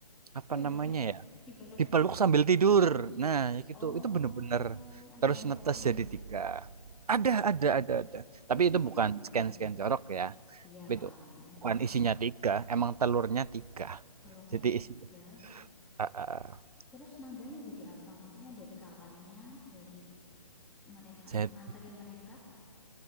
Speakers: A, on the right; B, in the centre.
A: apa
B: Dia
A: namanya
B: apa? <laughs>
A: ya?
B: Dipeluk.
A: dipeluk sambil tidur. Nah, ya gitu.
B: Oh,
A: Itu bener-bener
B: ada
A: terus
B: scan-nya.
A: netes jadi tiga.
B: Oh,
A: Ada, ada, ada, ada. Tapi
B: isinya
A: itu bukan
B: tiga.
A: scan-scan jorok ya.
B: Iya
A: Tapi
B: paham.
A: itu
B: Enggak
A: bukan
B: lah.
A: isinya tiga, emang telurnya tiga.
B: Telurnya
A: Jadi
B: tiga.
A: isi, Ah, ah.
B: Terus naganya jadi apa? Maksudnya jadi kawannya, jadi mereka
A: saya
B: untuk nganterin mereka.